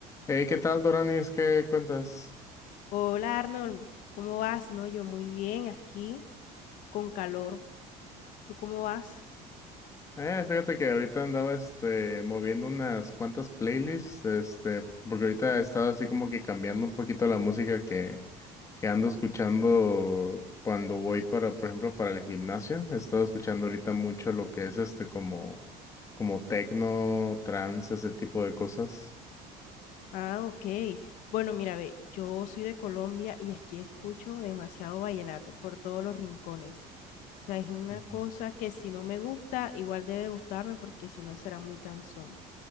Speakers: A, on the left; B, on the left.
A: Hey, ¿qué tal, Doranis? ¿Qué cuentas?
B: Hola Arnold, ¿cómo vas? No, yo muy bien, aquí con calor. ¿Tú cómo vas?
A: Eh, fíjate que ahorita andaba este moviendo unas cuantas playlists, este, porque ahorita he estado así como que cambiando un poquito la música que, que ando escuchando cuando voy para, por ejemplo, para el gimnasio. He estado escuchando ahorita mucho lo que es este como, como techno, trance, ese tipo de cosas.
B: Ah, ok. Bueno, mira, ve, yo soy de Colombia y aquí escucho demasiado vallenato por todos los rincones. O sea, es una
A: Ujú.
B: cosa que si no me gusta, igual debe gustarme porque si no será muy cansón.